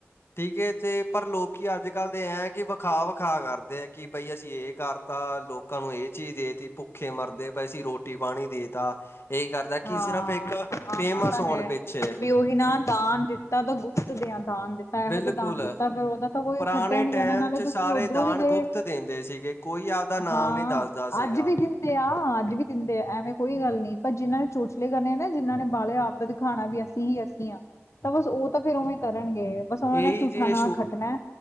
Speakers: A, on the left; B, on the left.
A: ਠੀਕ ਏ ਤੇ ਪਰ ਲੋਕੀ ਅੱਜ ਕੱਲ ਦੇ ਐਂ ਕਿ ਵਿਖਾ ਵਿਖਾ ਕਰਦੇ ਹੈ ਕਿ ਬਈ ਅਸੀਂ ਇਹ ਕਰ ਤਾਂ ਲੋਕਾਂ ਨੂੰ ਇਹ ਚੀਜ਼ ਦੇਤੀ ਭੁੱਖੇ ਮਰਦੇ ਪਏ ਸੀਂ ਰੋਟੀ ਪਾਣੀ ਦੇ ਤਾ ਇਹੀ ਕਰਦਾ ਕਿ
B: ਹਾਂ
A: ਸਿਰਫ ਇੱਕ ਫੇਮਸ
B: ਆਂ ਤਾਂ
A: ਹੋਣ
B: ਹੈ,
A: ਪਿੱਛੇ
B: ਵੀ ਉਹੀ ਨਾ ਦਾਨ ਦਿੱਤਾ ਤਾਂ ਗੁਪਤ ਦੇਆਂ ਦਾਨ ਦਿੱਤਾ। ਇਹੋ
A: ਬਿਲਕੁਲ
B: ਜਿਹਾ ਦਾਨ ਦਿੱਤਾ ਫੇਰ ਉਹਦਾ ਤਾਂ ਕੋਈ
A: ਪੁਰਾਣੇ
B: ਖੱਟਿਆ ਨੀ ਜਾਣਾ,
A: ਟਾਈਮ
B: ਨਾਲੇ
A: 'ਚ
B: ਤੁਸੀਂ
A: ਸਾਰੇ
B: ਓਧਰੋਂ
A: ਦਾਨ
B: ਵੀ ਗਏ।
A: ਗੁਪਤ ਦਿੰਦੇ ਸੀਗੇ ਕੋਈ ਆਪਦਾ ਨਾਮ
B: ਹਾਂ
A: ਨਹੀਂ ਦੱਸਦਾ ਸੀਗਾ।
B: ਅੱਜ ਵੀ ਦਿੰਦੇ ਆ ਅੱਜ ਵੀ ਦਿੰਦੇ ਆ, ਐਵੇਂ ਕੋਈ ਗੱਲ ਨੀ ਪਰ ਜਿਹਨਾਂ ਚੋਚਲੇ ਕਰਨੇ ਨਾ ਜਿਹਨਾਂ ਨੇ ਬਾਲੇ ਆਪਦਾ ਦਿਖਾਣਾ ਵੀ ਅਸੀਂ ਹੀ ਅਸੀਂ ਹਾਂ। ਤਾਂ ਬਸ ਉਹ ਤਾਂ ਫੇਰ ਉਵੇਂ ਕਰਨਗੇ, ਬਸ ਉਹਨਾਂ
A: ਇਹੀ
B: ਨੇ ਝੂਠਾ
A: ਜੇ
B: ਨਾ ਖੱਟਣੈ